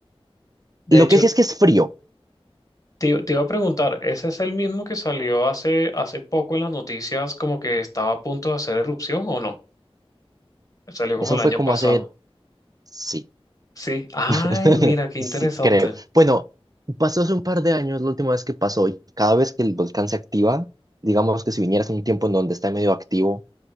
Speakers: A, on the left (about 35°); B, on the right (about 40°).
A: De
B: Lo
A: hecho,
B: que sí es que es frío.
A: Te, te iba a preguntar, ¿ese es el mismo que salió hace, hace poco en las noticias como que estaba a punto de hacer erupción o no? Salió
B: Eso
A: como el
B: fue
A: año
B: como
A: pasado.
B: hace, sí,
A: Sí. Ay,
B: <laughs>
A: mira, qué interesante.
B: Sí, creo. Bueno, pasó hace un par de años la última vez que pasó y cada vez que el volcán se activa, digamos que si vinieras en un tiempo en donde está medio activo,